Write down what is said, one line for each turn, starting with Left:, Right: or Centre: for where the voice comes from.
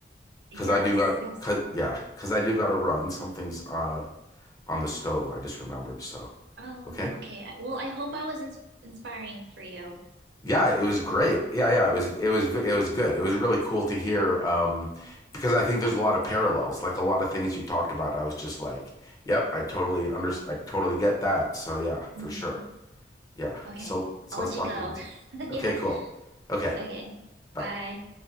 Right: Yes,
Left: because I do got
Right: yes,
Left: cause
Right: definitely.
Left: yeah because I do got to run. Something's uh, on the stove. I just remembered. So
Right: Oh,
Left: okay.
Right: okay. I- Well, I hope I was ins inspiring for you.
Left: Yeah, it was great. Yeah, yeah, it was it was it was good. It was really cool to hear um, because I think there's a lot of parallels. Like a lot of things you talked about, I was just like, "Yep, I totally under I totally get that." So yeah,
Right: hmm
Left: for sure. yeah.
Right: Okay.
Left: So so
Right: I'll
Left: let's
Right: let
Left: talk
Right: you go.
Left: again soon.
Right: <laughs>
Left: Okay,
Right: Yeah.
Left: cool. Okay,
Right: Okay.
Left: bye.
Right: Bye.